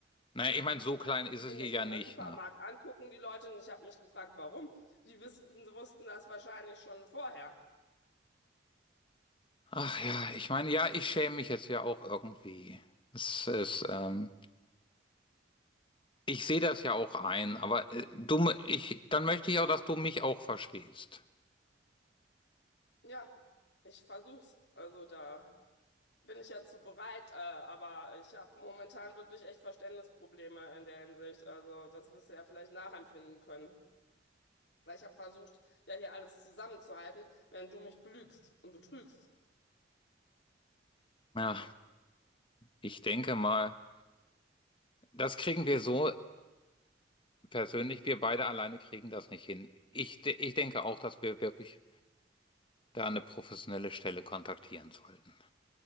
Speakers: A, on the left; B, on the left.
A: Naja, ich meine,
B: Die
A: so
B: ich mal,
A: klein ist
B: wie
A: es
B: die
A: hier
B: mich
A: ja
B: im
A: nicht,
B: Supermarkt
A: ne?
B: angucken, die Leute, und ich habe mich gefragt, warum. Die wissen, wussten das wahrscheinlich schon vorher.
A: Ach ja, ich meine, ja, ich schäme mich jetzt ja auch irgendwie. Es ist, ähm, ich sehe das ja auch ein, aber äh, du, ich, dann möchte ich auch, dass du mich auch verstehst.
B: Ja, ich versuch's. Also da. bin ich ja zu bereit, äh, aber ich habe momentan wirklich echt Verständnisprobleme in der Hinsicht. Also das wirst du ja vielleicht nachempfinden können. Weil ich habe versucht, ja hier alles zusammenzuhalten, während du mich belügst und betrügst.
A: Ja, ich denke mal. Das kriegen wir so persönlich. Wir beide alleine kriegen das nicht hin. Ich, de- ich denke auch, dass wir wirklich da eine professionelle Stelle kontaktieren sollten.